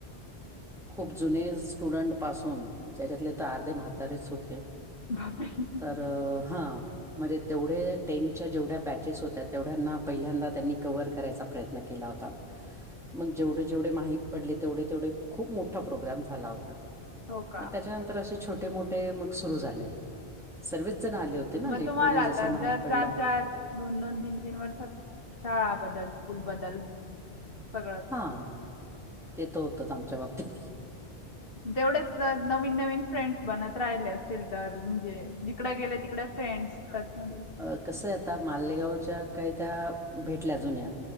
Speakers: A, in the centre; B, on the left (about 55°).
A: खूप जुने स्टुडंट पासून जेच्यातले तर, आर्धे म्हातारेच होते.
B: बापरे
A: तर हा, म्हणजे तेवढे टेनच्या जेवढ्या बॅचेस होत्या तेवढ्यांना. पहिल्यांदा त्यांनी कवर करायचा प्रयत्न केला होता. मग जेवढे जेवढे माहित पडले, तेवढे तेवढे खूप मोठा प्रोग्राम झाला होता.
B: हो का
A: मग त्याच्यानंतर असे, छोटे मोठे मग सुरू झाले. सर्वच जण आले होते ना,
B: मग
A: लिटरली
B: तुम्हाला
A: जसं
B: आता
A: माहित
B: दर
A: पडलं.
B: चार चार दोन दोन, तीन तीन वर्षात शाळा बदल स्कूल बदल सगळंच.
A: हा, ते तर होतंच आमच्या बाबतीत.
B: तेवढेच नवीन नवीन फ्रेंड्स बनत राहिले असतील तर म्हणजे, जिकड गेले तिकड फ्रेंड्स, त्यात मग
A: अं.. कसं आता मालेगावच्या काय त्या, भेटल्या जुन्या,